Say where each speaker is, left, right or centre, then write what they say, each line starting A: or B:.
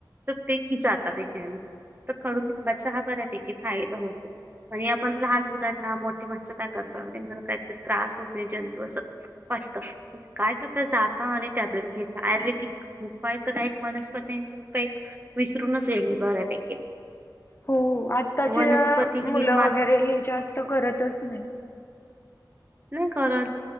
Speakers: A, on the right (about 25°); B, on the left (about 35°).
A: तर ते जात त्याच्याने तर कडूलिंबाचा हा बऱ्यापैकी फायदा होतो आणि आपण लहान मुलांना मोठे मातस काय करतला कायत त्रास होतो जंतू असं वाटत काय करता जाता आणि टॅबलेट घ्यायचा आयुर्वेदिक उपाय तर एकक वनस्पतींचे उपाय विसरूनच येल बऱ्यापैकी
B: हो आत्ताच्या
A: वनस्पती
B: मुलं
A: ही मान
B: वगैरे हे जास्त करतच नाहीत
A: नाही करत